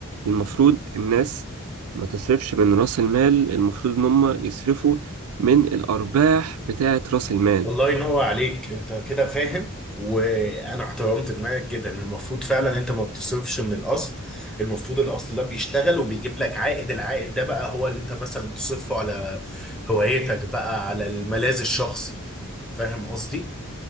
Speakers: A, on the right; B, in the centre.
A: المفروض الناس ما تصرفش من راس المال المفروض ان هم يصرفوا من الارباح بتاعه راس المال
B: الله ينور عليك انت كده فاهم وانا احترمت دماغك جدا المفروض فعلا انت ما بتصرفش من الاصل المفروض الاصل ده بيشتغل وبيجيب لك عائد العائد ده بقى هو اللي انت مثلا تصرفه على هوايتك بقى على الملاذ الشخصي فاهم قصدي